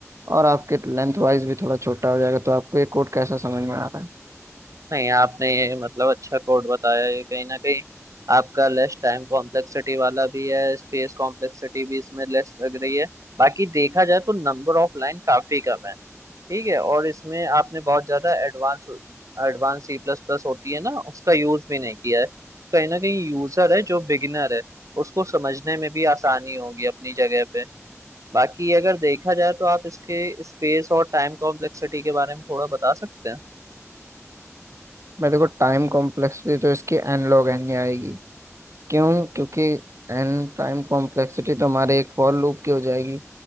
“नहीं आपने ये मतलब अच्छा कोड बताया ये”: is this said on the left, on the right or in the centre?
Right